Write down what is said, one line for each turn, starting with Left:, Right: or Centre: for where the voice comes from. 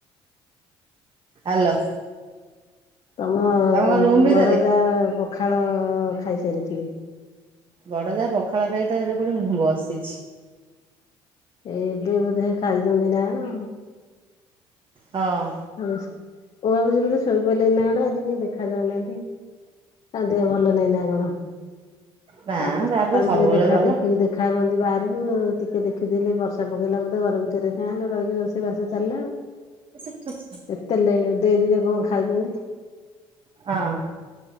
Right: ହ୍ୟାଲୋ।
Left: ତମ
Right: ତମେ କଣ ରୁମ୍ ଭିତରେ
Left: ବଡଯା ପଖାଳ ଖାଇସାରିଥିବେ।
Right: ବଡ ଯା ପଖାଳ ଖାଇ ତା ସେଠି କୋଉଠି ବସିଛି।
Left: ଏ ଏବେ ବୋଧେ ଖାଇଛନ୍ତି ନା କଣ।
Right: ହଁ।
Left: ହ ମୁଁ ଭାବୁଛି ବୋଧେ ଶୋଇପଡ଼ିଲେଣି ନା କଣ ଆଜି କାଇଁ ଦେଖା ଯାଉନାହାନ୍ତି। କି ତାଙ୍କ ଦେହ ଭଲ ନାଇଁ ନା କଣ
Right: ନା
Left: ତା ପରେ
Right: ତାର
Left: ସକାଳୁ
Right: ତ ସବୁବେଳେ
Left: ଟିକେ ଦେଖା
Right: ଭଲ।
Left: ଦେଖି ଦେଖା ହୁଅନ୍ତି ବାହାରୁକ ଟିକେ ଦେଖିଦେଲେ ବର୍ଷା ପକେଇଲା ବୋଧେ ଘର ଭିତରେ କାଁ ହେ ରହିକି ରୋଷେଇ ବାସ ଚାଲିଲା ଆ।
Right: ସେଛି <inaudible>
Left: ଏତେ ଲେ ଡେରିରେ କଣ ଖାଉଛନ୍ତି।
Right: ହଁ